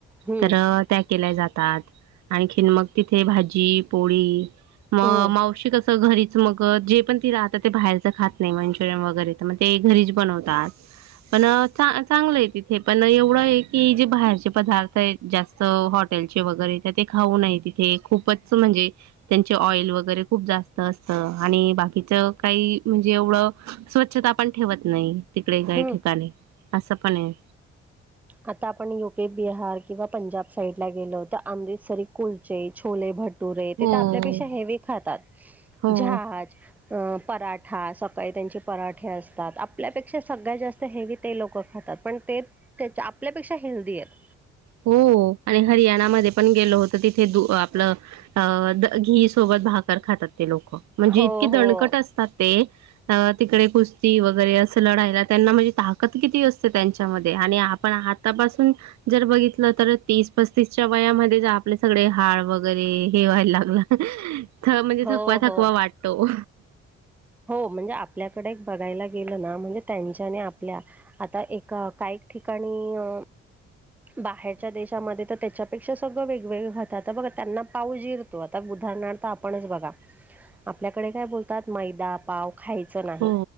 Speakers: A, in the centre; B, on the right (about 65°).
A: हम्म
B: तर त्या केल्या जातात. आणखीन मग तिथे भाजी पोळी म
A: हम्म
B: मावशी घरीच मग जे पण ती राह ते बाहेरचं खात नाही मंचुरियन वगैरे तर मग ते घरीच बनवतात. पण चांगलं आहे तिथे पण एवढं आहे की, जे बाहेरचे पदार्थ आहेत. जास्त हॉटेलचे वगैरे त्या ते खाऊ नये. तिथे खूपच म्हणजे त्यांचे ऑइल वगैरे खूप जास्त असत आणि बाकीच काही म्हणजे एवढं स्वच्छता पण ठेवत नाही. तिकडे काही
A: हम्म
B: ठिकाणी. असं पण हाय.
A: आता आपण यु पी बिहार किंवा पंजाब साईडला गेलो तर अमृतसरी, कुलचे, छोले, भट्ट टुरे
B: हो.
A: ते तर आपल्यापेक्षा हेवी खातात.
B: हो.
A: जहा अ पराठा सकाळी त्यांचे पराठे असतात. आपल्यापेक्षा सगळ्यात जास्त हेवी ते लोकं खातात. पण ते त्याच्या आपल्यापेक्षा हेल्दी आहेत.
B: हो. आणि हरियाणामध्ये पण गेलं होतं तिथे द आपलं हां अ द घीसोबत भाकर खातात ते लोकं म्हणजे
A: हो,
B: इतकी
A: हो,
B: दणकट असतात ते. अ तिकडे कुस्ती वगैरे असं लढायला त्यांना म्हणजे ताकद किती असते त्यांच्यामध्ये आणि आपण आ तपासून जर बघित तर तीस पस्तीसच्या वयामध्ये आपले सगळे हाड वगैरे हे व्हायला लागला. म्हणजे
A: हो,
B: थकवा थकवा
A: हो.
B: वाटतो.
A: हो म्हणजे आपल्याकडे बघायला गेलं ना म्हणजे त्यांच्याने आपल्या आता एक काही ठिकाणी अ बाहेरच्या देशामध्ये तर त्याच्यापेक्षा सगळं वेगवेगळं खातात बघ त्यांना पाऊजीर तो आता उदाहरणार्थ आपणच बघा.
B: <inaudible>
A: आपल्याकडे काय बोलतात मैदा पाव खायचा नाही
B: हो